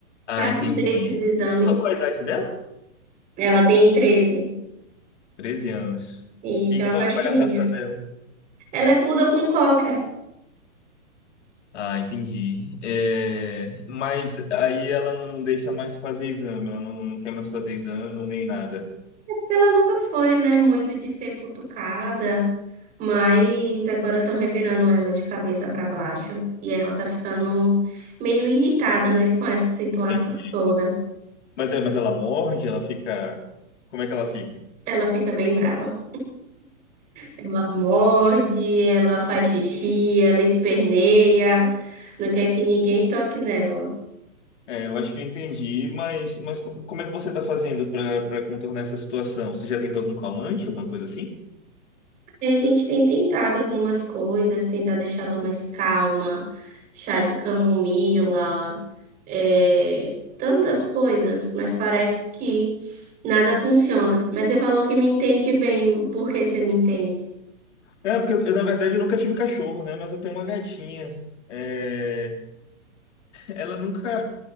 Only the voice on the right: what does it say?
pra fazer
esses exames.
Ela tem treze
E isso
é uma
cachorrinha.
Ela é poodle com cocker.
Ela nunca foi, né, muito de ser futucada, mas agora estão revirando ela de cabeça pra baixo. E ela tá ficando meio irritada, né, com essa situação
toda.
Ela fica bem braba. Ela morde, ela faz xixi, ela esperneia, não quer que ninguém toque nela.
Aí a gente tem tentado algumas coisas, tentar deixar ela mais calma, chá de camomila, é, tantas coisas, mas parece que nada funciona. Mas você falou que me entende bem, por que você me entende?